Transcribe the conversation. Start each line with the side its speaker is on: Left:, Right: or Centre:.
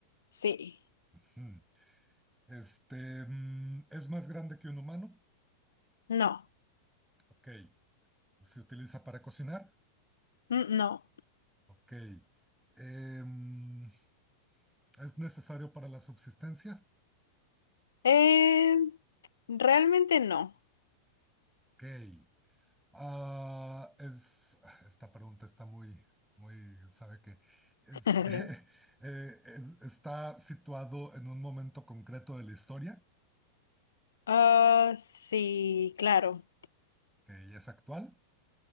Left: sí,
Centre: Ujú. Este, mm, ¿es más grande que un humano?
Left: no,
Centre: Ok, ¿se utiliza para cocinar?
Left: mm, no.
Centre: Ok, Em, ¿es necesario para la subsistencia?
Left: Eh, realmente no.
Centre: Ok. Ah, es, <laughs> esta pregunta está muy, muy, sabe que este,
Left: <laughs>
Centre: <laughs> eh, eh, está situado en un momento concreto de la historia,
Left: Ah, sí, claro.
Centre: que ya es actual,